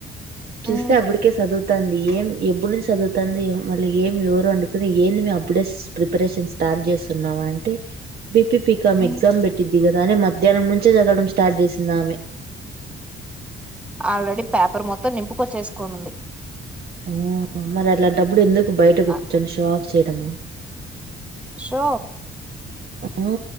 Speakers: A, on the right (about 50°); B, in the centre.
A: చూస్తే
B: ఉమ్,
A: అప్పుడికే సదు తంది ఏం ఎప్పుడు నుంచి చదువుతంది మళ్ళీ ఏం ఎవరు అండుకోని ఏ ఏంది మే అప్పుడే ప్రిపరేషన్ స్టార్ట్ చేస్తుం న్నావా అంటే బి పి పి కామ్
B: ఉమ్.
A: ఎక్సామ్ పెట్టింది దిగదానే మధ్యాహ్నం నుంచే చదవడం స్టార్ట్ చేసింది ఆమె
B: ఆల్రెడీ పేపర్ మొత్తం నింపుకొచ్చేసుకోనుంది
A: ఆ మరి అట్లాంటప్పుడు ఎందుకు బయట కూర్చొని
B: ఆ,
A: షో ఆఫ్ చేయడము
B: సో
A: ఆ